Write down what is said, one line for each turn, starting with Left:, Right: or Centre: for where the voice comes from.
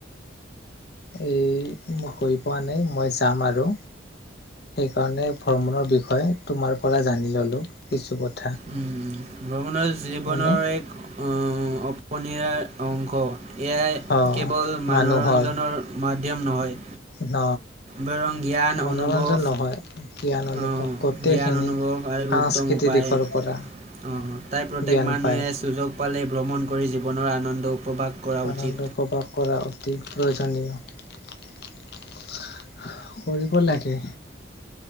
Left: এ মই ক পোৱা নাই মই যাম আৰু সেইকাৰণে ভ্ৰমণৰ বি বিষয়ে তোমাৰ পৰা জানি ল'লো কিছু ক
Right: উম। ভ্ৰমণৰ জীৱনৰ
Left: হয়নে
Right: এক অ', <unintelligible> অংশ এয়াই
Left: অ
Right: কেৱল মানোৰঞ্জনৰ
Left: মানুহৰ
Right: মাধ্যম নহয়।
Left: ন
Right: বৰং জ্ঞান
Left: মনোৰঞ্জন
Right: অনুভৱ
Left: নহয় জ্ঞান অনুভৱ
Right: অ'
Left: গোটেইখিনি
Right: জ্ঞান অনুভৱ আৰু
Left: সাংস্কৃতিক
Right: উত্তম উপায়
Left: দিশৰ পৰা
Right: আহ তাই প্ৰত্যেক
Left: জ্ঞান
Right: মানুহে
Left: পায়
Right: সুযোগ পালে ভ্ৰম ন কৰি জীৱনৰ আনন্দ উপভোগ কৰা
Left: আনন্দ
Right: উচিত
Left: প্ৰকাশ কৰা অতি প্ৰয়োজনীয়, কৰিব লাগে।